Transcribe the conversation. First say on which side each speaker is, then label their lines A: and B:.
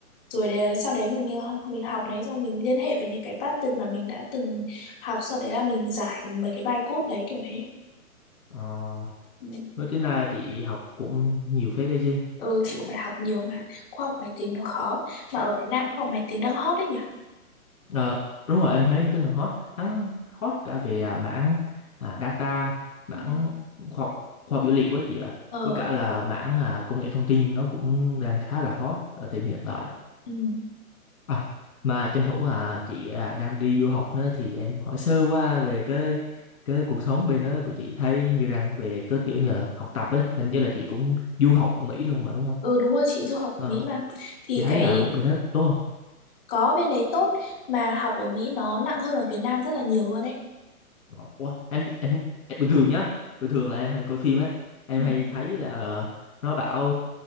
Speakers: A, on the left; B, on the left.
A: rồi để, sau đấy mình ờ, mình học đấy xong mình liên hệ với những cái pattern mà mình đã từng học sau đấy là mình giải mấy cái bài code đấy kiểu đấy
B: à,
A: ừ,
B: nói tính ra chị học cũng nhiều phết đấy chứ
A: Ừ, chị phải học nhiều mà khoa học máy tính nó khó mà ở Việt Nam khoa học máy tính đang hot đấy nhỉ
B: Ờ, đúng rồi em thấy máy tính nó hot hắn hot cả về à, mảng à, data mảng
A: Ừ.
B: khoa học khoa học dữ liệu ấy chị ạ
A: ờ
B: với cả là mảng à, công nghệ thông tin nó cũng đang khá là hot ở thời điểm hiện tại
A: ừ.
B: À, mà tranh thủ à chị à, đang đi du học nữa thì em hỏi sơ qua về cái cái cuộc sống bên đó của chị thấy như rằng về cái kiểu như là học tập ấy hình như là chị cũng du học ở Mỹ luôn mà đúng không?
A: ừ đúng rồi chị du học
B: Ờ,
A: ở Mỹ mà thì
B: chị thấy
A: cái
B: à bên đó tốt không?
A: Có bên đấy tốt mà học ở Mỹ nó nặng hơn ở Việt Nam rất là nhiều luôn đấy.
B: Ờ, Ủa, em, em em bình thường nhá bình thường là em hay coi phim ấy em
A: Ừ.
B: hay thấy là ờ, nó bảo